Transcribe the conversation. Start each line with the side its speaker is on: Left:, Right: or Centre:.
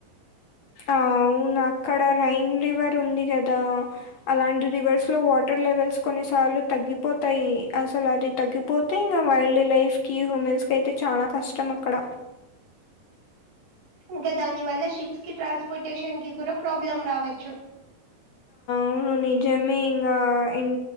Right: <unintelligible>
Left: ఆ అవును అక్కడ రైన్ రివర్ ఉంది కదా అలాంటి రివర్స్ లో వాటర్ లెవెల్స్ కొన్నిసార్లు తగ్గిపోతాయి అసలు అది తగ్గిపోతే ఇంకా వైల్డ్ లైఫ్కి హ్యూమెన్స్కి అయితే చాలా కష్టం అక్కడ
Right: ఇంకా దాని వల్ల షిప్స్ కి ట్రాన్స్పోర్టేషన్ కి కూడా ప్రాబ్లం రావచ్చు
Left: అవును నిజమే ఇంగ ఇన్